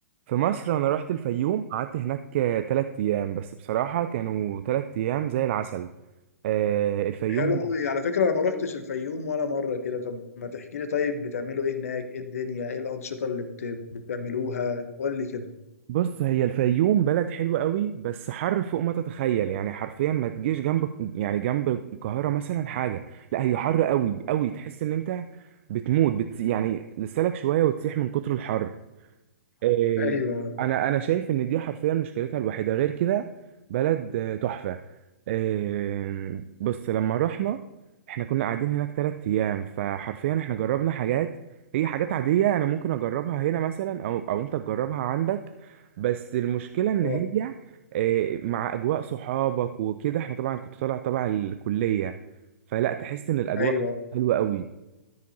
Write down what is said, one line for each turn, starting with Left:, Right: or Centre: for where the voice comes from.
Right: في مصر أنا رحت الفيوم قعدت هناك آه، تلات أيام بس بصراحة كانوا تلات أيام زي العسل آه الفيوم
Left: حلو قوي على فكره انا ما روحتش الفيوم ولا مره كده طب ما تحكي لي طيب بتعملوا ايه هناك ايه الدنيا ايه الانشطه اللي بت... بتعملوها قول لي كده
Right: بص هي الفيوم بلد حلوة قوي بس حر فوق ما تتخيل يعني حرفيا ما تجيش جنب يعني جنب القاهرة مثلا حاجة لا هي حر قوي قوي تحس ان انت بتموت بت يعني لسالك شوية وتسيح من كتر الحر آه،
Left: ايوه
Right: انا انا شايف ان دي حرفيا مشكلتها الوحيده غير كده بلد آه، تحفه آه، بص لما رحنا احنا كنا قاعدين هناك تلات ايام فحرفيا احنا جربنا حاجات هي حاجات عاديه انا ممكن اجربها هنا مثلا او او انت تجربها عندك بس المشكله ان
Left: اه
Right: هي آه، مع اجواء صحابك وكده احنا طبعا كنت طالع تبع الكليه فلا تحس ان الاجواء
Left: ايوه
Right: حلوه قوي